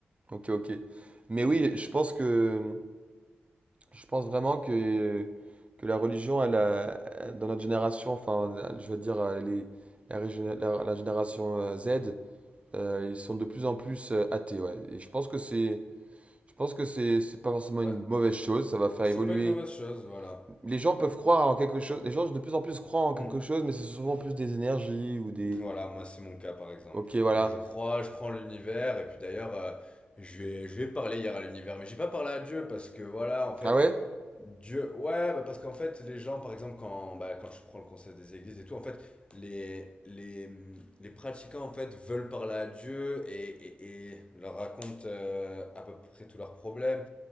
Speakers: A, on the right (about 30°); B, on the left (about 25°).
A: Ok, ok. Mais oui, je pense que Je pense vraiment que, que la religion, elle a- dans notre génération, enfin, je veux dire, euh, les, la, régé- la- la génération euh, Z, euh, ils sont de plus en plus euh, athées, ouais. Et je pense que c'est, je pense que c'est, c'est pas forcément
B: Bah,
A: une mauvaise chose. Ça va faire
B: c'est
A: évoluer.
B: pas une mauvaise chose, voilà.
A: Les gens peuvent croire en quelque chose. Les gens de plus en plus croient en quelque
B: Mm.
A: chose, mais c'est souvent plus des énergies ou des.
B: Voilà, moi c'est mon cas par exemple.
A: Ok, voilà.
B: Moi je crois, je crois en l'univers, et puis d'ailleurs, euh, je lui je vais parler hier à l'univers, mais j'ai pas parlé à Dieu parce que voilà, en fait,
A: Ah ouais?
B: Dieu, ouais, bah parce qu'en fait, les gens, par exemple, quand, bah, quand je prends le concept des églises et tout, en fait, les, les, les pratiquants, en fait, veulent parler à Dieu et, et, et leur racontent euh, à peu près tous leurs problèmes